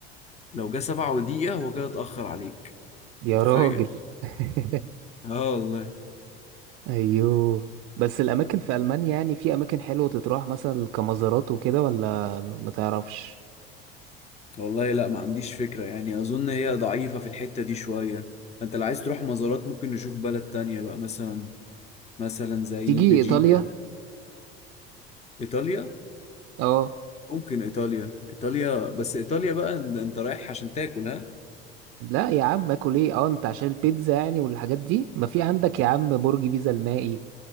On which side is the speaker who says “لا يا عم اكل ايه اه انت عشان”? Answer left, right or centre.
Right